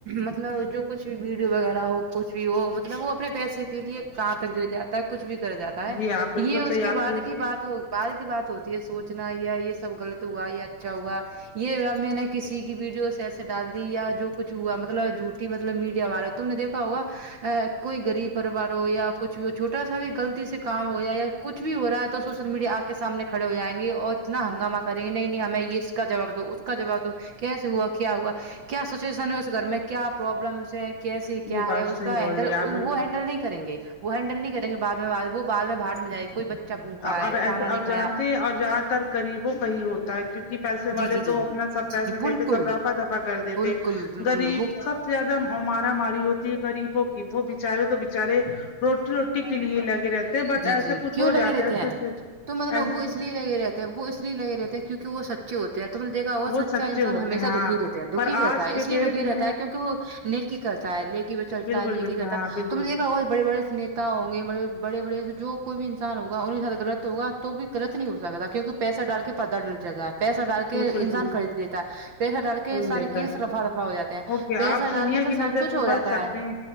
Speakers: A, on the right (about 45°); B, on the left (about 75°).
A: مطلب جو کچھ بھی ویڈیو وغیرہ ہو کچھ بھی ہو مطلب وہ اپنے پیسے کے لیے کہاں تک گر جاتا ہے کچھ بھی کر جاتا ہے
B: جی آپ بالکل
A: یے اس
B: صحیح
A: کے
B: آپ
A: بعد کی بات ہوگی بہار کی بات ہوتی ہے سوچنا یا یے سب غلط ہوا یا اچھا ہوا یے یا میں نے کسی کی ویڈیو سے ایسے ڈال دی یا جو کچھ ہوا مطلب جھوٹی مطلب میڈیا والے تم نے دیکھا ہوا ا کوئی غریب پریوار ہو یا کچھ بھی ٹا سا بھی غلطی سے کام ہو جائے کچھ بھی ہو رہا ہے تو سوشل میڈیا آپ کے سامنے کڑے ہو جائیں گے اور اتنا ہنگامہ کریں گے نہیں نہیں ہمیں اس کا جواب دو اس کا جواب دو کیسے ہوا کیا ہوا کیا سچویشن ہے اس گھر میں کیا پروابلمس ہیں کیسے کیا
B: یہ بات
A: ہے اس
B: صحیح
A: کا
B: بول
A: ہینڈل
B: رہی ہیں، آپ بالکل
A: وہ ہینڈل نہیں کریں گے وہ ہینڈل نہیں کریں گے بعد میں وہ بعد میں بھڑ میں جائے بچہ بھوکا ہے
B: اور ایسے
A: کھانا نہیں
B: اب
A: کھایا
B: جانتے ہیں اور زیادہ تر غریبوں کا ہی ہوتا ہے کیونکی پیسے
A: جی
B: والے
A: جی جی
B: تو اپنا سب
A: جی
B: پیسے
A: جی بالکل
B: دے کے سب رافہ دفا کر دیتے
A: بالکل بالکل
B: غریب
A: وہ
B: سب سب سے زیادہ مارا ماری ہوتی ہے غریبوں کی وہ بچارے تو بچارے روٹی روٹی کے لیے لگے رہتے ہیں بٹ
A: جی
B: ایسے
A: جی
B: کچھ
A: کیوں
B: ہو
A: لگے
B: جاتا
A: رہتے
B: ہے
A: ہیں
B: ایسے
A: تو مطلب
B: ایسے
A: اب وہ اس لیے لگے رہے تے ہے وہ اس لیے لگے رہ ہیں کیکی وہ سچے ہوتے ہیں تم دیکھا ہوگا
B: وہ
A: سچا
B: سچے
A: انسان
B: ہوتے
A: ہمیشہ
B: ہیں ہاں
A: دکھی رہتے ہے
B: پر
A: دکھی رہتا
B: آج
A: ہے
B: کے
A: اس لیے
B: ڈیٹ
A: دکھی رہتا
B: میں
A: ہے کیونکہ وہ نیک کی کرتا ہے نیکی پے چلتا
B: بالکل
A: ہے نیکی
B: بالکل
A: کرتا
B: ہاں
A: ہے
B: بالکل
A: تم نے دیکھا ہوگا بڑے بڑے نیتا ہوں گے بڑے بڑے بڑے جو کوئی بھی انسان ہوگا انہیں زیادہ غلط ہوگا تو بھی غلط نہیں ہو سکتا کیونکی پیسہ ڈال کے بدل دے گا پیسہ ڈال کے
B: بالکل
A: انسان
B: بالکل
A: خرید لیتا ہے پیسہ ڈال کے
B: صحیح
A: سارے
B: لیتا
A: کیس
B: ہے
A: رفع دفع ہو جاتے ہیں
B: اوکے
A: پیسہ
B: آپ
A: ڈالنے
B: دنیا
A: سے
B: کی نظر
A: سب کچھ
B: سے
A: ہو
B: بچ
A: جاتا
B: سکتے
A: ہے
B: ہیں